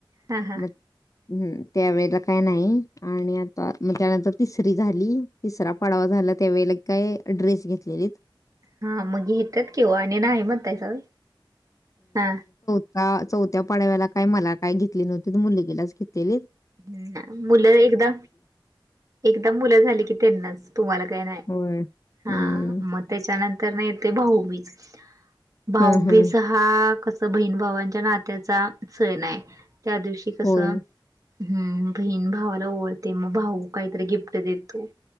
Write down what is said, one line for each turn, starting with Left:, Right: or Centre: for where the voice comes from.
Right: हा हा
Left: मग हम्म त्या वेळेला काय नाही आणि आता म त्यानंतर तिसरी झाली तिसरा पडवा झाला त्यावेळेल काय ड्रेस घेतलेलीत
Right: हा म घेत्यात की ओ आणि नाही म्हणतायसा होय हा.
Left: का चौत्या पाडव्याला काय मला काय घितली नवतीत मुलगीलाच घितलेलीत
Right: हम्म <inaudible> मुलं एकदा एकदा मुलं झाली की त्येनांच तुम्हाला काय न्हाय
Left: होय.
Right: हा
Left: हं.
Right: म त्येच्यानंतर म येतय भाऊबीज भाऊबीज
Left: हं, हं.
Right: <unintelligible> हा आ कस बहीण भावांच्या नात्याचा सणाय त्या दिवशी कसं
Left: होय.
Right: हम्म बहीण भावाला ओवळते मग भाऊ काहीतरी गिफ्ट देतो